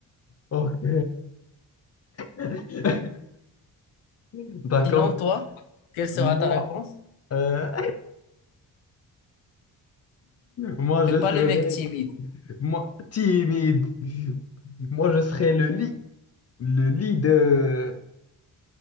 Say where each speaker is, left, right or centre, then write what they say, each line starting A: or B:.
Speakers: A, on the left; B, on the left.
A: Ok. <laughs> D'accord.
B: Sinon, toi, quelle sera
A: Moi.
B: ta réponse?
A: euh, Moi, je
B: C'est pas
A: serais,
B: le mec timide
A: moi, timide. Moi, je serais le lit, le lit de...